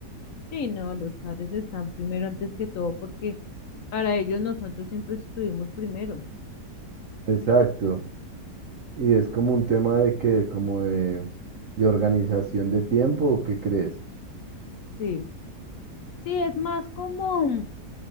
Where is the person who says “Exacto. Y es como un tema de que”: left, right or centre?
Right